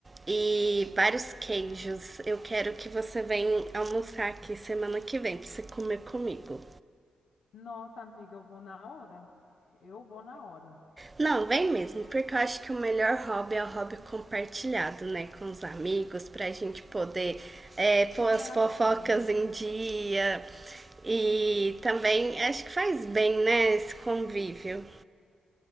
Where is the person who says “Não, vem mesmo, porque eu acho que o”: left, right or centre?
Right